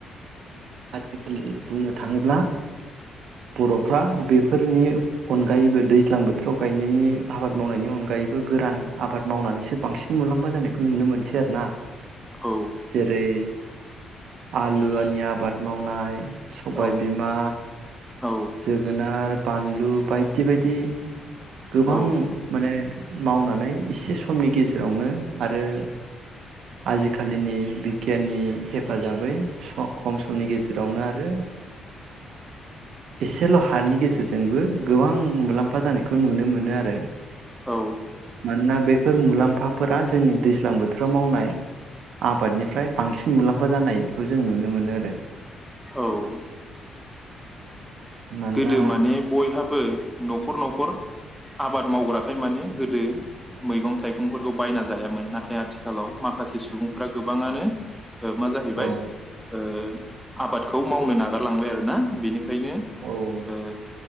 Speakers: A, on the right (about 70°); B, in the centre.
A: आजिखालि बुंनो थाङोब्ला बर'फ्रा बेफोरनि अनगायैबो दैज्लां बोथोराव गायनायनि आबाद मावनायनि अनगा गायैबो गोरान आबाद मावनानैसो बांसिन मुलाम्फा जानायखौ नुनो मोनसै आरो ना।
B: औ।
A: जेरै आलुआनि आबाद मावनाय सबाय
B: औ
A: बिमा।
B: औ
A: जोगोनार। बानलु बायदि बायदि। गोबां
B: औ औ
A: माने। मावनानै एसे समनि गेजेरावनो आरो आजिखालिनि बिगियाननि हेफाजाबै स खम समनि गेजेरावनो आरो एसेल' हानि गेजेरजोंबो गोबां मुलाम्फा जानायखौ नुनो मोनो आरो।
B: औ।
A: मानोना बेफोर मुलाम्फाफोरा जोंनि दैज्लां बोथोराव मावनाय आबादनिफ्राय बांसिन मुलाम्फा जानाय खौ जों नुनो मोनो आरो।
B: औ औ
A: मानोना
B: गोदो माने बयहाबो न'खर न'खर आबाद मावग्राखाय माने गोदो मैगं थाइगंफोरखौ बायना जाहायामोन नाथाय आथिखालाव माखासे सुबुंफ्रा गोबाङानो मा जाहैबाय
A: औ
B: ओ आबादखौ मावनो नागारलांबाय आरोना बेनिखायनो ओ
A: औ